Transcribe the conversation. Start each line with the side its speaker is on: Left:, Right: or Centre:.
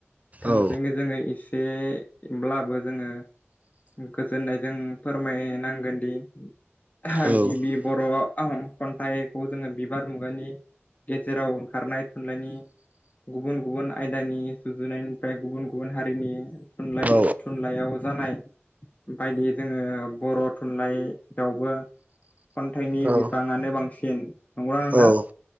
Left: थोंजोंयै
Right: औ
Left: जोङो इस बे ब्लाबो जोङो गोजोननायजों फोरमायनांगोनदि थागिबि
Right: औ
Left: बर' उम खन्थाइखौ जोङो बिबार मुगानि गेजेराव ओंखारनाय थुनलाइनि गुबुन गुबुन आयदानि सुजुनायनिफ्राय गुबुन गुबुन हारिनि थुनलाय
Right: औ
Left: थुनलाइयाव जानाय बायदि जोङो बर' थुनलाइयावबो खन्थाइनि
Right: औ
Left: बिबाङानो बांसिन नंगोना नोंथां
Right: औ